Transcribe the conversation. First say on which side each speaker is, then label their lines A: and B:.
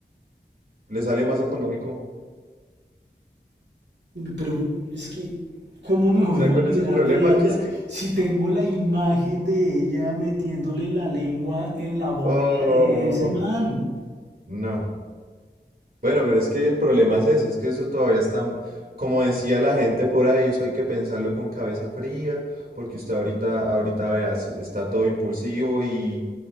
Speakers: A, on the right; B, on the right.
A: Le sale más económico.
B: Pero es que, ¿cómo me voy
A: ¿Sabe
B: a olvidar
A: cuál es el problema?
B: de ella
A: Que es que...
B: si tengo la imagen de ella metiéndole la lengua en la boca
A: Oh,
B: de ese man?
A: no. Bueno, pero es que el problema es ese, es que eso todavía está, como decía la gente por ahí, eso hay que pensarlo con cabeza fría, porque usted ahorita, ahorita veas, está todo impulsivo y,